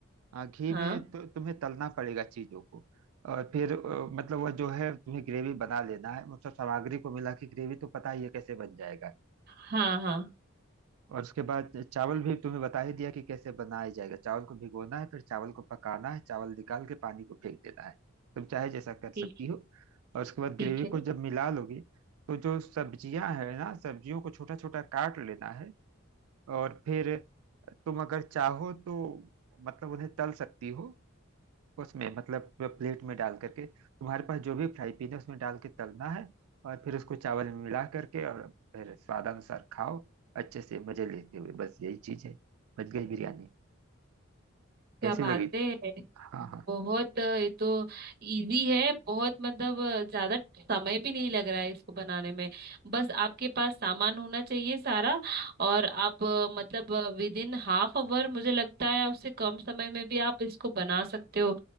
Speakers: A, on the right; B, on the right.
A: हाँ घी
B: हाँ
A: में तो तुम्हें तलना पड़ेगा चीजों को और फिर अ, मतलब वह जो है तुम्हें ग्रेवी बना लेना है मतलब सामग्री को मिला के ग्रेवी तो पता ही है कैसे बन जाएगा
B: हाँ हाँ
A: और उसके बाद चावल भी तुम्हें बता ही दिया कि कैसे बनाया जाएगा चावल को भिगोना है फिर चावल को पकाना है चावल निकाल के पानी को फेंक देना है तुम चाहे जैसा कर सकती
B: ठीक
A: हो और उसके बाद ग्रेवी
B: ठीक है
A: को जब मिला लोगे तो जो सब्जियां है ना सब्जियों को छोटा छोटा काट लेना है और फिर तुम अगर चाहो तो मतलब उन्हें तल सकती हो उसमें मतलब प्लेट में डाल करके तुम्हारे पास जो भी फ्राई पीन है उसमें डाल के तलना है और फिर उसको चावल में मिला करके और फिर स्वादानुसार खाओ अच्छे से मजे लेते हुए बस यही चीज है बच गई बिरयानी
B: क्या
A: कैसी
B: बात
A: लगी
B: है
A: हाँ हाँ
B: बहुत अ, ये तो इजी है बहुत मतलब अ, ज्यादा समय भी नहीं लग रहा है इसको बनाने में बस आपके पास सामान होना चाहिए सारा और आप अ, मतलब विद इन हाफ आवर मुझे लगता है उससे कम समय में भी आप इसको बना सकते हो